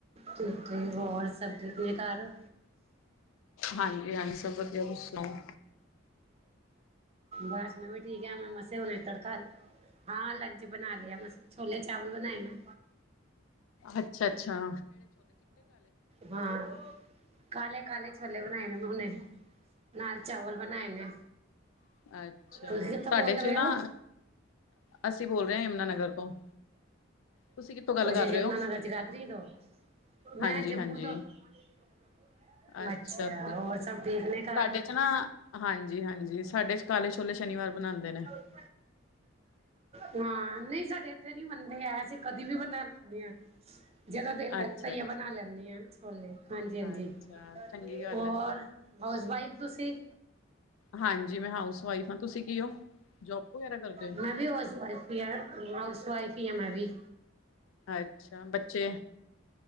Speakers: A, on the right; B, on the left.
A: ਝੁਠੇ ਹੋਰ। ਸਭ ਠੀਕ ਨੇ ਘਰ?
B: ਹਾਂਜੀ-ਹਾਂਜੀ ਸਭ ਵਧੀਆ, ਤੁਸੀ ਸੁਨਾਓ।
A: ਬਸ, ਮੈਂ ਵੀ ਠੀਕ। ਮੈਂ ਹੁਣੇ ਤੜਕਾ ਹਾਂ, ਲੰਚ ਬਣਾ ਲਿਆ ਮੈਂ ਛੋਲੇ-ਚਾਵਲ ਬਣਾਏ ਮੈਂ।
B: ਅੱਛਾ-ਅੱਛਾ।
A: ਹਾਂ ਕਾਲੇ-ਕਾਲੇ ਛੋਲੇ ਬਣਾਏ ਨੇ ਮੈਂ ਹੁਣੇ। ਨਾਲ ਚਾਵਲ ਬਣਾਏ ਨੇ।
B: ਅੱਛਾ ਅੱਛਾ
A: ਤੁਸੀ ਕਿੱਥੋਂ
B: ਸਾਡੇ
A: ਬੋਲਦੇ
B: ਚ
A: ਪਏਓ?
B: ਨਾ ਅਸੀਂ ਬੋਲ ਰਹੇ ਹਾਂ ਯਮੁਨਾ ਨਗਰ ਤੋਂ ਤੁਸੀਂ ਕਿੱਥੋਂ ਗੱਲ ਕਰ
A: ਯਮੁਨਾਨਗਰ
B: ਰਹੇ ਹੋ
A: ਯਗਾਤਰੀ ਤੋਂ? <inaudible> ਮੈਂ
B: ਹਾਂਜੀ
A: ਜੰਮੂ
B: ਹਾਂਜੀ
A: ਤੋਂ, ਹੋਰ
B: ਅੱਛਾ
A: ਅੱਛਿਆ
B: ਤੁਸੀਂ
A: ਹੋਰ
B: ਜੰਮੂ
A: ਸਭ
B: ਤੋਂ।
A: ਠੀਕ ਨੇ ਘਰ।
B: ਸਾਡੇ ਹਾਂਜੀ ਹਾਂਜੀ, ਸਾਡੇ ਚ ਕਾਲੇ ਛੋਲੇ ਸ਼ਨੀਵਾਰ ਬਣਾਂਦੇ ਨੇ।
A: <inaudible> ਹਾਂ ਨਈਂ ਸਾਡੇ ਏਥੇ ਨੀ ਮੰਨਦੇ ਹੈਂ, ਅਸੀਂ ਕਦੀ ਵੀ ਬਣਾ ਲੈਂਨੇ ਆਂ। ਜਦੋਂ ਦਿਲ ਕਰੇ
B: ਅੱਛਾ
A: ਧਈਆ
B: ਅੱਛਾ
A: ਬਣਾ ਲੈਨੀ ਆ। ਹਾਂਜੀ-ਹਾਂਜੀ,
B: ਅੱਛਾ
A: ਚਾਚਾ ਜੀ
B: ਚੰਗੀ ਗੱਲ
A: ਹੋਰ
B: ਹੈ
A: ਹਾਊਸ ਵਾਈਫ ਤੁਸੀਂ-
B: ਹਾਂਜੀ, ਮੈਂ ਹਾਊਸ ਵਾਈਫ ਹਾਂ। ਤੁਸੀਂ ਕੀ ਹੋ ਜੋਬ ਬਗੈਰਾ ਕਰਦੇ ਹੋ।
A: ਮੈਂ ਵੀ ਹਾਊਸ ਵਾਈਫ ਹੀ ਆ। ਹਾਊਸ ਵਾਈਫ ਹੀ ਆ ਮੈਂ ਵੀ
B: ਅੱਛਾ, ਬੱਚੇ